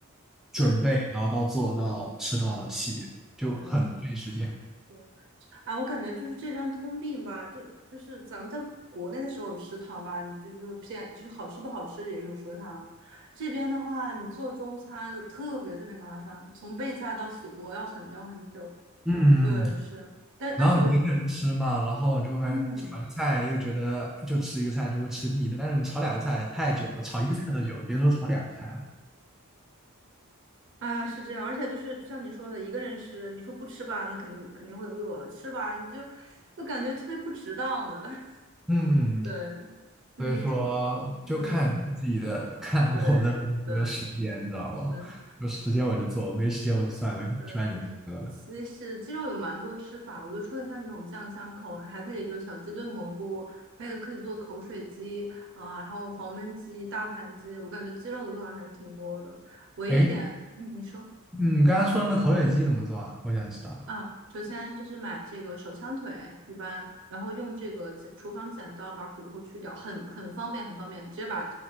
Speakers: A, in the centre; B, on the right (about 60°).
A: 准备然后到做到吃到洗，
B: 对
A: 就很费时间。
B: 对对，啊，我感觉就是这边通病吧，就就是咱们在国内的时候有食堂嘛，你就就是偏就是好吃不好吃也有食堂。这边的话，你做中餐特别特别麻烦，从备菜到洗锅要很要很久。
A: 嗯，
B: 对，是，但但是我
A: 然后你一个人吃嘛，然后你就会发现炒一个菜又觉得就吃一个菜就会吃腻，
B: 嗯
A: 但是你炒两个菜太久了，炒一个菜都久，别说炒两个菜了。
B: 啊是这样，而且就是就像你说的，一个人吃，你说不吃吧，那肯定肯定会饿；吃吧，你就就感觉特别不值当的。
A: 嗯，
B: <laughs> 对，嗯，
A: 所以说就看自己的，
B: 对，嗯，
A: <laughs> 看我的有没有时间，
B: 对对
A: 你知道吗？
B: 是。
A: 有时间我就做，没时间我就算了，
B: 对。
A: 去外面吃了。
B: 西式鸡肉有蛮多吃法的，我觉得除了像你这种酱香口啊，还可以就是小鸡炖蘑菇，还有可以做口水鸡啊、然后黄焖鸡、大盘鸡，我感觉鸡肉的做法还是挺多的。唯一一点，
A: 哎，
B: 嗯，你说。
A: 你刚刚说的那口水鸡怎么做啊？我想知道。
B: 啊，首先就是买这个手枪腿，一般，然后用这个剪厨房剪刀把骨头去掉，很很方便，很方便，直接把